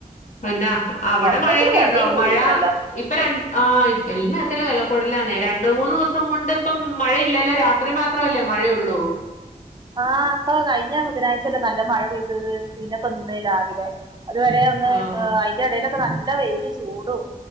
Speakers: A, on the left; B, on the right.
A: പിന്നെ അവ്ടെ
B: മൊത്തത്തില്
A: മഴയൊക്കെണ്ടോ
B: വെലയും കൂടിക്കണല്ലോ
A: മഴ. ഇപ്പം രൺ ആഹ ഇ എല്ലാത്തിനും വെലകൂട്ലാണ് രണ്ട് മൂന്ന് ദിവസംകൊണ്ട് പ്പം മഴയില്ലല്ലോ രാ.. ത്രി മാത്രല്ലേ മയയൊള്ളു
B: ആഹ പ്പൊ കഴിഞ്ഞാ ബുധനായിച്ചല്ലേ നല്ല മഴ പൈയ്തത് പിന്നെപ്പം ന്ന്. രാവിലെ അതുവരെ
A: ആഹ്
B: ഒന്ന് ഹ്
A: ആഹ്
B: ആഹ അയ്‌ന്റെലേടലൊക്കന്ന് നല്ല വെയില് ചൂടും.